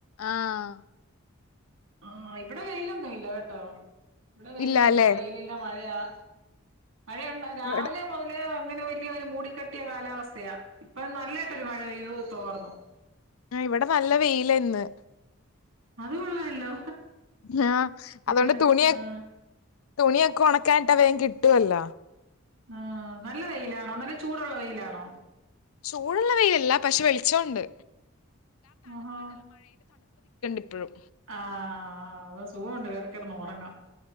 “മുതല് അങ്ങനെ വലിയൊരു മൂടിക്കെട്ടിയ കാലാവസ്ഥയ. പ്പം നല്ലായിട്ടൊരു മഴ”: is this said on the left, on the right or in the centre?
Right